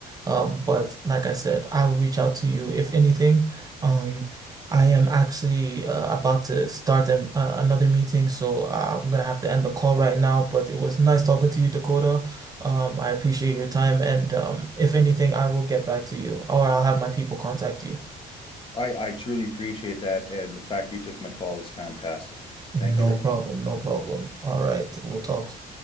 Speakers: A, on the right; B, on the left.
A: Um, but like I said, I'll reach out to you if anything. Um, I am actually uh, about to start a, uh, another meeting, so uh, I'm gonna have to end the call right now. But it was nice talking to you, Dakota. Um, I appreciate your time, and um, if anything, I will get back to you, or I'll have my people contact you.
B: I I truly appreciate that, and the fact you took my call is fantastic. Thank
A: No
B: you very
A: problem,
B: much.
A: no problem. All right, we'll talk. soon.